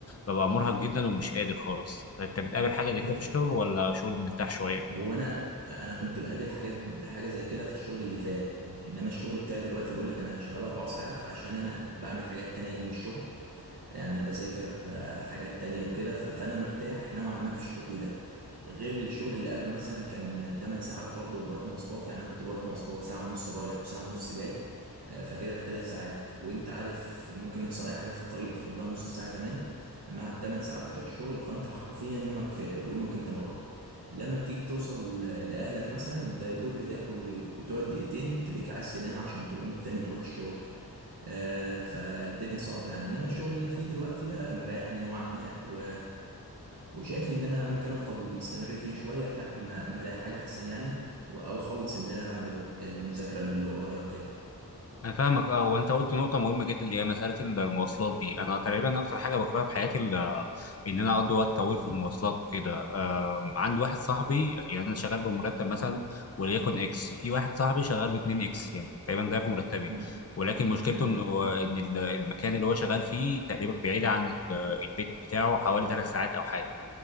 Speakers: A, on the left; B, on the right.
A: ببقى مرهق جدا ومش قادر خالص انت بتقابل حاجه زي
B: ايوه
A: كده في الشغل ولا شغل مرتاح شويه
B: هو انا انا كنت بقابل حاجات حاجه زي كده في الشغل اللي فات انما الشغل بتاعي دلوقتي بقول لك انا شغال اربع ساعات عشان انا بعمل حاجات تانية جنب الشغل يعني انا بذاكر آه، حاجات تانية وكده ف- فانا مرتاح نوعا ما في الشغل ده غير الشغل اللي قبله مثلا كان 8 ساعات برضه وبروح مواصلات يعني انا كنت بروح مواصلات ساعة ونص رايح وساعة ونص جاي آه، فكده ثلاث ساعات وانت عارف ممكن يحصل اي حاجة في الطريق تاخد لها نص ساعة كمان مع الثمان ساعات بتوع الشغل فانت حرفيا يومك في يومك انت بره لما بتيجي توصل ل- لأهلك مثلا انت يا دوب بتاكل و- وتقعد دقيقتين تلاقيك عايز تنام عشان تقوم تاني تروح الشغل آه، فالدنيا صعبة يعني انما الشغل اللي انا فيه دلوقتي ده مريحني نوعا ما و... وشايف ان انا ممكن افضل مستمر فيه شوية لحد ما ما الاقي حاجة احسن يعني و- او اخلص اللي انا بعمله المذاكرة اللي ورايا وكده
A: انا فاهمك اه وانت قلت نقطه مهمه جدا اللي هي مساله المواصلات دي انا تقريبا اكتر حاجه بكرهها في حياتي ال- ان انا اقضي وقت طويل في المواصلات وكده آم، عندي واحد صاحبي يعني انا شغال بمرتب مثلا وليكن اكس في واحد صاحبي شغال ب 2 اكس يعني تقريبا ضعف مرتبي
B: امم
A: ولكن مشكلته
B: امم
A: انه ان ال- المكان اللي هو شغال فيه تقريبا بعيد عن ال- البيت بتاعه حوالي ثلاث ساعات او حاجه